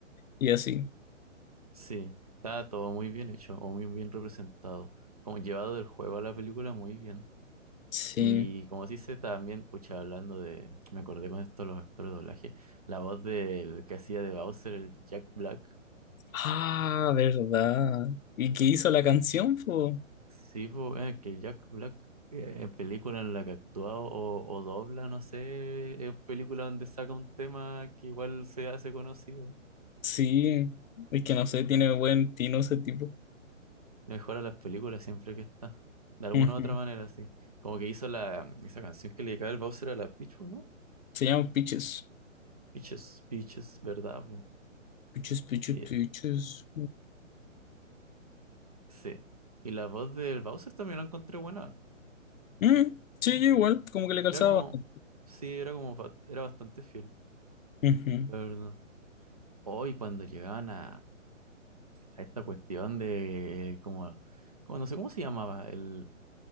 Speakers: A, on the left; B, on the right.
A: y así.
B: sí. Estaba todo muy bien hecho o muy bien representado. Como llevado del juego a la película muy bien.
A: Sí.
B: Y como se dice también, pucha, hablando de, me acordé con esto de los actores de doblaje, la voz del que hacía de Bowser, el Jack Black.
A: Ah, verdad. ¿Y qué hizo la canción, po?
B: Sí, po, eh, que el Jack Black eh, en película en la que actúa o, o dobla, no sé, es película donde saca un tema que igual se hace conocido.
A: Sí. Es que no sé, tiene buen tino ese tipo.
B: Mejora las películas siempre que está. De alguna
A: Ujú.
B: u otra manera, sí. Como que hizo la, esa canción que le dedicaba el Bowser a la Peach, ¿o ¿no?
A: Se llama Peaches.
B: Peaches, Peaches, ¿verdad, po?
A: Peaches, Peaches,
B: Y,
A: Peaches.
B: sí. Y la voz del Bowser también la encontré buena.
A: Mm, sí, igual, como que le calzaba
B: Era como,
A: bastante.
B: sí, era como, fa- era bastante fiel,
A: Ujú.
B: la verdad. Hoy cuando llegaban a, a esta cuestión de, como, como, no sé cómo se llamaba, el,